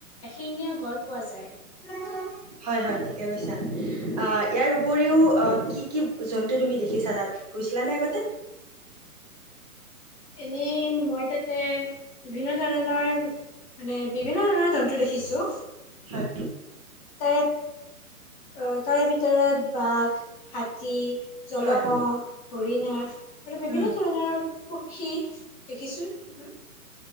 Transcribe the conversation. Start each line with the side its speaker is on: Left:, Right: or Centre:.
Left: এশিঙীয়া গড় পোৱা যায়।
Right: হয়, হয় ঠিকে কৈছা অ', ইয়াৰ উপ উপৰিও অ', কি কি জন্তু তুমি দেখিছা তাত? গৈছিলা নে আগতে?
Left: এনেই মই তাত তে বিভিন্ন ধৰণৰ মানে বিভিন্ন ধৰণৰ জন্তু দেখিছো।
Right: হয়।
Left: তাৰে অ', তাৰে ভিতৰত বাঘ, হাতী জলমঁহ,
Right: হয়
Left: হৰিণী। আৰু বিভিন্ন
Right: উম
Left: ধৰণৰ পক্ষী দেখিছো। ক'